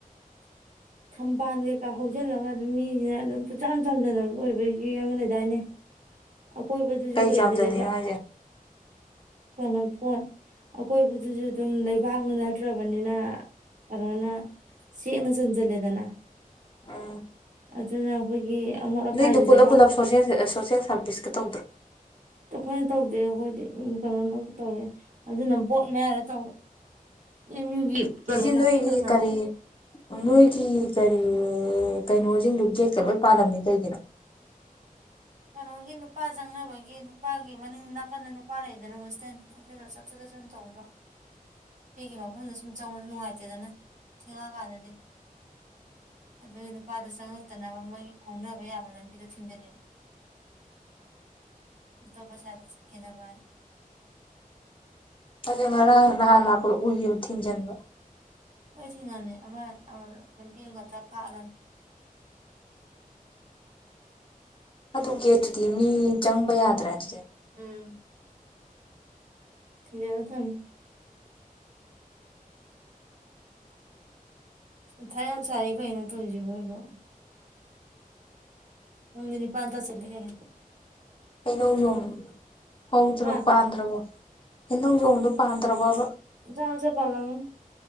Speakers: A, on the right; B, on the left.
A: ꯊꯝꯕꯥꯜ ꯀꯩꯀꯥ ꯍꯧꯖꯤꯜꯂꯒ ꯑꯗꯨꯝ ꯃꯤꯁꯤꯅ ꯑꯗꯨꯝ ꯄꯨꯆꯝ ꯆꯝꯖꯟꯅꯕꯗ‌ꯣ ꯑꯣꯏꯕꯒꯤ ꯑꯃ ꯂꯩꯗꯥꯏꯅꯦ ꯑꯀꯣꯏꯕꯗꯨꯁꯨ
B: ꯀꯩ
A: ꯀꯩꯁꯨ ꯂꯩꯕ
B: ꯍꯥꯏꯁꯦ
A: ꯀꯩꯅꯣ ꯀꯣꯟ ꯑꯀꯣꯏꯕꯗꯨꯁꯨ ꯑꯗꯨꯝ ꯂꯩꯕꯥꯛꯅ ꯅꯠꯇ꯭ꯔꯕꯅꯤꯅ ꯀꯩꯅꯣꯅ ꯆꯦꯛꯅ ꯆꯟꯁꯤꯜꯂꯦꯗꯅ
B: ꯎ
A: ꯑꯗꯨꯅ ꯑꯩꯈꯣꯏꯒꯤ ꯑꯃꯣꯠ ꯑꯀꯥꯏꯗꯤ
B: ꯅꯣꯏꯗ ꯄꯨꯂꯞ
A: ꯂꯩꯕꯥꯛ
B: ꯄꯨꯂꯞ ꯁꯣꯁ‌ꯦꯜ ꯁ‌ꯣꯁ‌ꯦꯜ ꯁꯥꯔꯚꯤꯁ ꯀ ꯇꯧꯗ꯭ꯔꯣ
A: ꯑꯩꯈꯣꯏꯅ ꯇꯧꯗꯦ ꯑꯩꯈꯣꯏꯗꯤ ꯀꯩꯅꯣꯅ ꯇꯧꯋꯦ ꯑꯗꯨꯅ ꯕꯣꯠ ꯃꯌꯥꯗ ꯇꯧꯕ ꯑꯦꯝ ꯌꯨꯒꯤ
B: ꯁꯤꯁꯤ
A: ꯀꯩꯅꯣ
B: ꯅꯣꯏꯒꯤ
A: ꯅꯥꯄꯤ ꯀꯪꯅꯕ
B: ꯀꯔꯤ ꯅꯣꯏꯒꯤ ꯀꯔꯤ ꯀꯩꯅꯣꯁꯤꯡꯗꯨ ꯒꯦꯠꯀ ꯂꯣꯏ ꯄꯥꯜꯂꯝꯃ‌ꯦ ꯀꯩꯒꯤꯅꯣ
A: ꯀꯩꯅꯣꯒꯤ ꯅꯨꯄꯥ ꯆꯪꯅꯕꯒꯤ ꯅꯨꯄꯥꯒꯤ ꯃꯅꯤꯡ ꯅꯥꯀꯟꯗ ꯅꯨꯄꯥ ꯂꯩꯗꯅ ꯍ‌ꯣꯁꯇꯦꯟ ꯑꯗꯨꯗ ꯆꯠꯊꯣꯛ ꯆꯠꯁꯤꯟ ꯇꯧꯕꯗꯣ ꯅꯨꯄꯤꯒꯤ ꯃꯐꯝꯗ ꯁꯨꯝ ꯆꯪꯕꯁꯨ ꯅꯨꯡꯉꯥꯏꯇꯦꯗꯅ ꯊꯦꯡꯉꯛꯑꯀꯥꯟꯗꯗꯤ ꯑꯗꯨꯒꯤ ꯅꯨꯄꯥꯗ ꯆꯪꯉꯛꯇꯅꯕ ꯃꯣꯏꯒꯤ ꯐꯥꯎꯅꯕ ꯌꯥꯕ ꯂꯝꯕꯤꯗꯣ ꯊꯤꯡꯖꯜꯂꯤꯕ ꯇꯣꯞꯄ ꯁꯥꯏꯠꯗ ꯆꯠꯈꯤꯅꯕꯅꯥ
B: ꯑꯗꯨ ꯉꯔꯥꯡ ꯅꯍꯟ ꯂꯥꯛꯄꯗ ꯎꯏꯌ‌ꯦꯕ ꯊꯤꯡꯖꯟꯕ
A: ꯍ‌ꯣꯏ ꯊꯤꯡꯉꯝꯅꯤ ꯑꯃ ꯂꯝꯕꯤ ꯑꯝꯈꯛꯇ ꯐꯥꯛꯂꯒ
B: ꯑꯗꯨ ꯒꯦꯠꯇꯨꯗꯤ ꯃꯤ ꯆꯪꯕ ꯌꯥꯗ꯭ꯔꯦ ꯑꯗꯨꯗꯤ
A: ꯎꯝ ꯊꯤꯡꯖꯤꯜꯂ ꯊꯝꯃꯦ ꯃꯊꯥ ꯌꯥꯝ ꯁꯥꯥꯏꯌ‌ꯦ ꯀꯩꯅꯣ ꯇꯧꯁꯤꯕꯨ ꯑꯣꯏꯕꯨ ꯄꯨꯡꯗꯤ ꯅꯤꯄꯥꯜ ꯇꯥꯁꯤꯜꯂꯛꯑꯦ ꯍ‌ꯦ
B: ꯍꯩꯅꯧꯖ‌ꯣꯝ ꯍꯧꯗ꯭ꯔ
A: ꯍꯥ
B: ꯄꯥꯟꯗ꯭ꯔꯕꯣ ꯍꯩꯅꯧꯖꯣꯝꯗꯣ ꯄꯥꯟꯗ꯭ꯔꯕꯕ
A: ꯃꯆꯥ ꯃꯆꯥ ꯄꯥꯜꯂꯝꯃꯅꯤ